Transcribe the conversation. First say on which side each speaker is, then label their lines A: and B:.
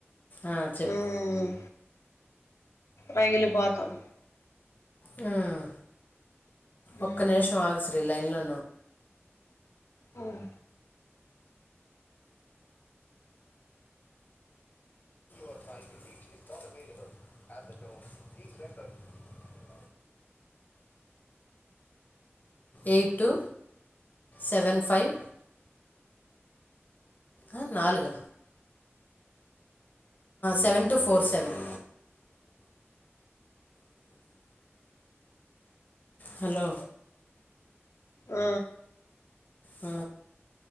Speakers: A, on the left (about 40°); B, on the left (about 75°).
A: ఆ, చెప్పు
B: హ్మ్ రగిలి పోతాం
A: హ్మ్
B: మ్మ్
A: ఒక్క నిమిషం ఆగు శ్రీ లైన్ లో
B: హ్మ్
A: <inaudible> ఎయిట్ టూ సెవెన్ ఫైవ్ ఆ నాలుగ seven two four seven hello
B: ఆ....
A: ఆ..